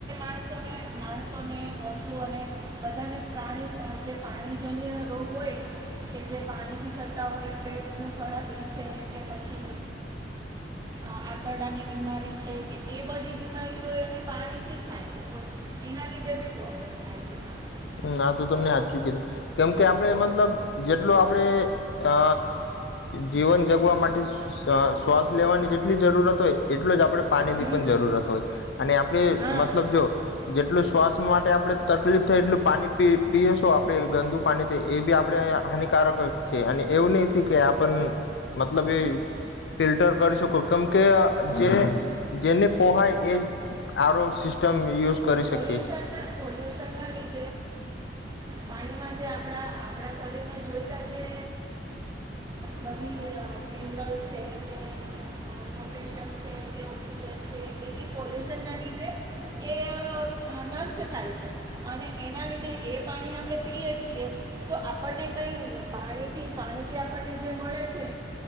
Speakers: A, on the right (about 20°); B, on the left (about 65°).
A: ોને માણસોને પશુઓને બધાને પ્રાણી જે પાણીજન્ય રોગ હોય કે જે પાણીથી થતા હોય પેટ ખરાબી છે કે પછી આંતરડાની બીમારી છે, કે એ બધી બીમારીઓ એને પાણીથી થાય છે એના લીધે બી પ્રોબ્લેમ થાય છે. માણસોને
B: હ આ તો તમને હથ ચુકીધું કેમ કે આપડ મતલબ જેટલો આપડે અ જીવન જગવા માટે શ્વાસ લેવાની જેટલી જરૂરત હોય, એટલો જ આપણે પાણીની
A: હમ
B: પણ જરૂરત હોય, અને આપણે
A: હા
B: મતલબ જો જેટલો શ્વાસ માટે આપણે તકલીફ થાય એટલું પાણી પીએેશો આપણે ગંદુ પાણી એ બી આપડે હાનિકારક છે, અને એવું નહ કે આપ મતલબ એ ફિલ્ટર કરી શકો, કેમ કે જે જેને પોહાય એજ આરો સિસ્ટમ યુઝ કરી
A: પોલ્યુશન
B: શકે
A: ના પોલ્યુશન ના લીધ પાણીમાં જે આપણા આપણા શરીરને જોઈતા જે બધી મિનરલ્સ છે, કે પોટેશિયમ છે કે ઓક્સિજન છે, પોલ્યુશન લીધે એ ન્ટ થાય છે, અને એના લીધે એ પાણી આપણે પીય છીએ તો આપણને કઈ પાણીથી પાણીથી આપણને જે મળે છે